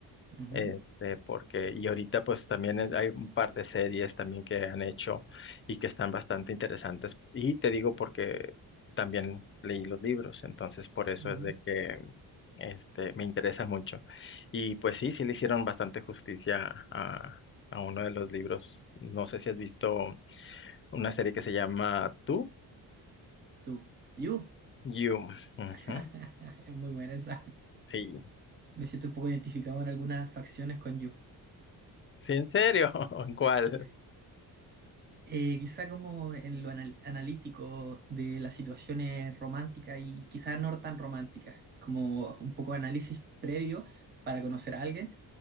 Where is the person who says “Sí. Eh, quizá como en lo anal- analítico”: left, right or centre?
Right